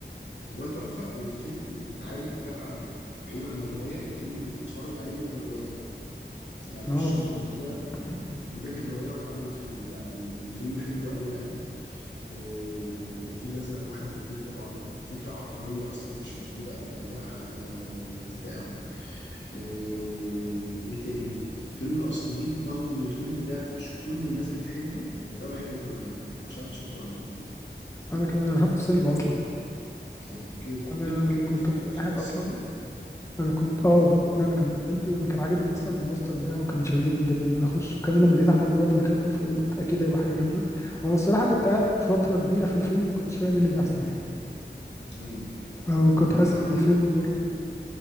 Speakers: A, on the left (about 85°); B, on the left (about 15°).
A: الروايه تحفه والفيلم بتعالج بقى بعيدا عن الروايه الفيلم بتتفرج عليه من غير روايه يعني مش
B: أه
A: شرط
B: بالظبط
A: ان ده
B: <clears throat>
A: ان ده كان روايه واتعملت فيلم لا الفيلم حلو قوي قوي آه، الفيل الازرق واحد واثنين طبعا فكره عبقريه اصلا مش موجوده قبل كده حاجه جديده قوي آه، ايه تاني فيلم الاصليين رغم ان الفيلم ده مش كل الناس بتحبه بس انا بحب الفيلم ده مش عارف إنت شفته ولا لا
B: أنا كمان أنا شفته سينما أصلا
A: اوكي طب
B: أنا
A: قدرت تكمل
B: كنت
A: الفيلم
B: منبهر
A: في الاخر في السينما
B: أصلا أنا كنت أه لا أنا كملته أنا كان عاجبني أصلا البوستر بتاعه وكان شددني جدا إن أنا أخش وكمان لما لقيت أحمد مراد اللي كاتبه فقلت أكيد هيبقى حاجة جامدة وأنا الصراحة كنت قاعد فترة كبيرة في الفيلم ما كنتش فاهم إيه اللي بيحصل يعني
A: ايوه ايوه
B: أو كنت
A: ما
B: حاسس إن
A: انا
B: الفيلم برضه